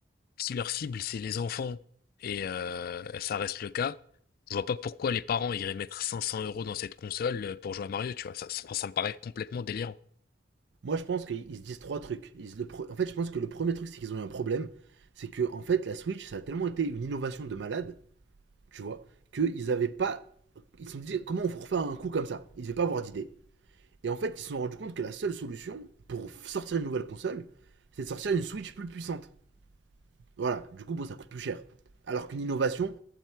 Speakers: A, on the left; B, on the right.
A: si leur cible, c'est les enfants, et euh, ça reste le cas, je vois pas pourquoi les parents iraient mettre 500 euros dans cette console euh, pour jouer à Mario, tu vois. Ça, ça, ça me paraît complètement délirant.
B: Moi, je pense qu'ils se disent trois trucs. Ils se le pre- En fait, je pense que le premier truc, c'est qu'ils ont eu un problème. C'est que, en fait, la Switch, ça a tellement été une innovation de malade, tu vois, qu'ils avaient pas. Ils se sont dit, comment on refait un coup comme ça Ils devaient pas avoir d'idée. Et en fait, ils se sont rendus compte que la seule solution pour sortir une nouvelle console, c'est de sortir une Switch plus puissante. Voilà, du coup, bon, ça coûte plus cher. Alors qu'une innovation,